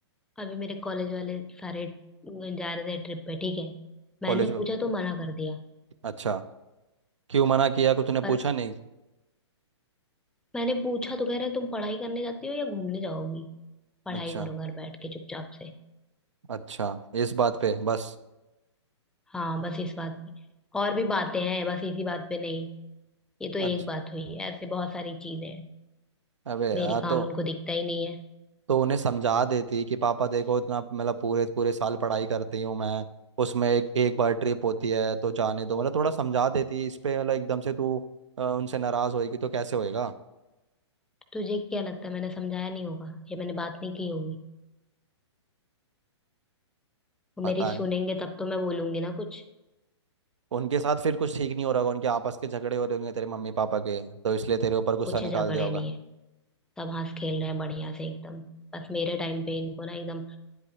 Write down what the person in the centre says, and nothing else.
अभी मेरे कॉलेज वाले सारे जा रहे थे ट्रिप पे ठीक है
मैंने
पूछा तो मना कर दिया
और
मैंने पूछा तो कह रहे तुम पढ़ाई करने जाती हो या घूमने जाओगी पढ़ाई
करो घर बैठ के चुपचाप से
हाँ बस इस बात पे और भी बातें हैं बस इसी बात पे नहीं ये तो
एक बात हुई ऐसे बहुत सारी चीजें हैं
मेरे काम
उनको दिखता ही नहीं है
"तो तुझे क्या लगता है मैंने समझाया नहीं होगा या मैंने बात नहीं की होगी वो
मेरी सुनेंगे
तब तो मैं बोलूंगी ना कुछ
कुछ
झगड़े
नहीं है सब हंस खेल रहे हैं बढ़िया से एकदम बस मेरे टाइम पे इनको ना एकदम